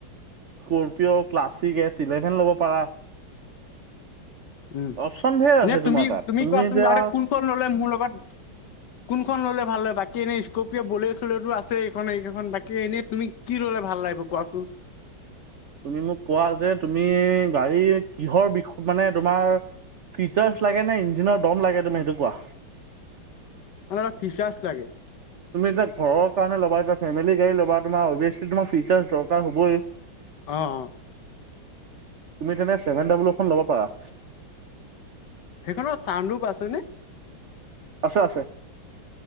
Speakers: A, on the right; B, on the left.
A: স্কৰপিঅ' ক্লাছিক এছ ইলেভেন ল'ব পাৰা
B: <inaudible> উম
A: অপচন ধেৰ
B: এনে
A: আছে
B: তুমি
A: তোমাৰ তাত
B: তুমি কোৱাচোন
A: এতিয়া
B: বে কোনখন ললে মোৰ লগত কোনখন ল'লে ভাল হয় বাকী বাকী এনেই স্কপিয় ব চলেো আছে এই এইখন বাকী এনেই তুমি কি ৰলে ভাল লাগিব কোৱাচোন <inaudible>
A: তুমি মোক কোৱা যে তুমি গাড়ী কিহৰ বিষ মানে তোমাৰ ফিচাৰছ লাগে নে ইঞ্জিনৰ দম লাগে তুমি সেইটো কোৱা
B: <inaudible> ফিচাৰছ লাগে
A: তুমি এতিয়া ঘৰ কাৰে ল'বা এতিয়া ফেমিলি গাড়ী ল'বা তোমাৰ অভিয়াচলি তোমাৰ ফিচাৰ্ছ দৰকাৰ হ'বই
B: অ অ
A: তুমি তেনে ছেভেন ডাবলখন ল'ব পাৰা
B: সেইখনত চান ৰূপ আছেনে
A: আছে আছে